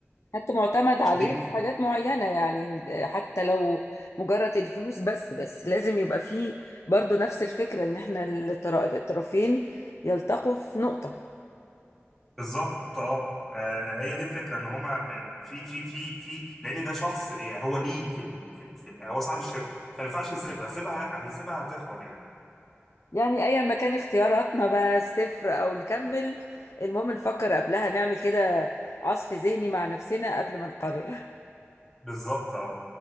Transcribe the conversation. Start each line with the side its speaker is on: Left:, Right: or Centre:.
Left: حتى معتمد
Centre: شريك
Left: عليه في حاجات معينة يعني حتى لو مجرد الفلوس بس بس لازم يبقى فيه برضو نفس الفكرة ان احنا الطرا- الطرفين يلتقوا في نقطة
Centre: بالظبط اه آه، هي دي الفكره ان هما ب- في في في في لان ده شخص يعني هو ليه في ال في, ال في ال هو صاحب الشركه فما ينفعش يسيبها سيبها هيسيبها هتخرب يعني
Left: يعني ايا ما كان اختياراتنا بقى صفر او نكمل المهم نفكر قبلها نعمل كده عصف ذهني مع نفسنا قبل ما نقرر
Centre: بالظبط اه